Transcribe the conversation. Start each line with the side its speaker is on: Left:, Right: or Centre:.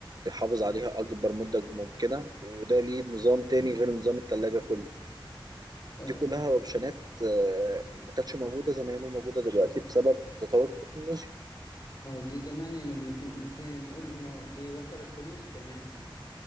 Right: بيحافظ عليها اكبر مده ممكنه وده ليه نظام تاني غير نظام التلاجة كله
Left: اه
Right: دي كلها اوبشنات آه، ما كانتش موجوده زمان وموجوده دلوقتي بسبب تطور التكنولوجيا
Left: اه دي كمان يعني في- فينا نقول انه دي وفرت فلوس كمان يعني